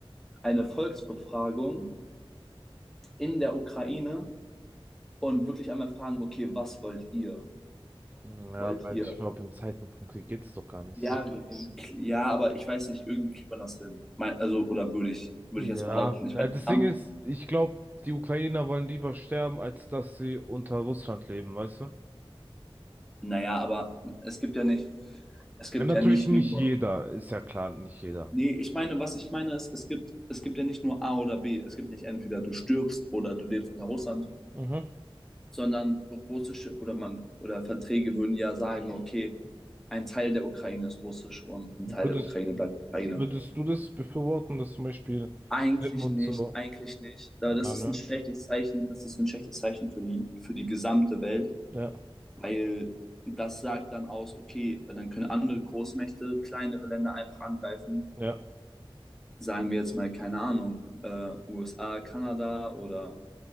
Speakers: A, in the centre; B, on the right.
A: eine Volksbefragung in der Ukraine und wirklich einmal fragen, okay, was wollt ihr?
B: Ja,
A: Wollt
B: aber
A: ihr?
B: ich glaube, in Zeiten von Krieg geht es doch gar nicht
A: Ja,
B: so.
A: ja, aber ich weiß nicht, irgendwie kriegt man das hin. Mein- Also, oder würde ich, würde
B: Ja,
A: ich jetzt behaupten. Ich
B: ja,
A: meine,
B: das
A: Trump,
B: Ding ist, ich glaube, die Ukrainer wollen lieber sterben, als dass sie unter Russland leben, weißt du?
A: naja, aber es gibt ja nicht, es gibt
B: Ja, natürlich
A: ja nicht
B: nicht
A: nur,
B: jeder, ist ja klar, nicht jeder.
A: nee, ich meine, was ich meine ist, es gibt, es gibt ja nicht nur A oder B. Es gibt nicht entweder du stirbst oder du lebst unter Russland,
B: Mhm.
A: sondern russische oder man, oder Verträge würden ja sagen, okay, ein Teil der Ukraine ist russisch und ein
B: Würdest,
A: Teil der Ukraine bleibt Ukraine.
B: würdest du das befürworten, dass zum Beispiel
A: Eigentlich
B: Slim und
A: nicht,
B: so,
A: eigentlich nicht. Aber
B: ja,
A: das
B: ne?
A: ist ein schlechtes Zeichen, das ist ein schlechtes Zeichen für die, für die gesamte Welt,
B: Ja,
A: weil das sagt dann aus, okay, dann können andere Großmächte kleinere Länder einfach angreifen.
B: ja,
A: Sagen wir jetzt mal, keine Ahnung, äh, USA, Kanada oder